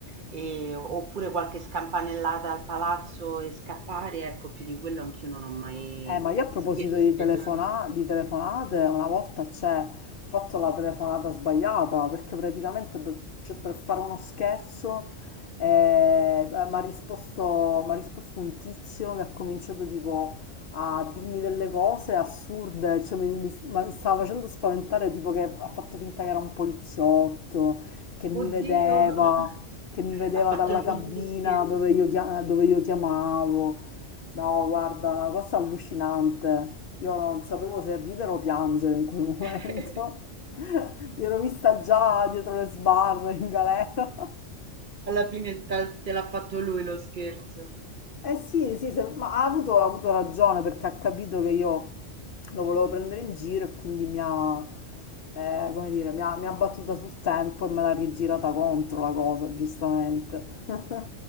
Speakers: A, on the right (about 50°); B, on the left (about 60°).
A: e- oppure qualche scampanellata al palazzo e scappare, ecco, più di quello anch'io non ho mai
B: Eh, ma io a proposito
A: scherzi
B: di,
A: pesanti.
B: telefona- di telefonate, una volta c'è ho fatto la telefonata sbagliata perché praticamente per, cioè, per fare uno scherzo eh, mi ha risposto, m'ha risposto un tizio che ha cominciato tipo a dirmi delle cose assurde, cioè, mi, mi- ma mi stava facendo spaventare, tipo che ha fatto finta che era un poliziotto, che mi
A: Oddio,
B: vedeva,
A: <laughs>
B: che mi vedeva
A: ha fatto
B: dalla
A: il
B: cabina
A: contro scherzo.
B: dove io chia- dove io chiamavo. No, guarda, una cosa allucinante. Io non sapevo se ridere o piangere in quel momento.
A: <laughs>
B: <laughs> Mi ero vista già dietro le sbarre in galera.
A: Alla fine ta- te l'ha fatto lui lo scherzo.
B: Eh sì, sì, se- ma ha avuto, ha avuto ragione perché ha capito che io lo volevo prendere in giro e quindi mi ha, eh, come dire, mi ha, mi ha battuta sul tempo e me l'ha rigirata contro la cosa, giustamente.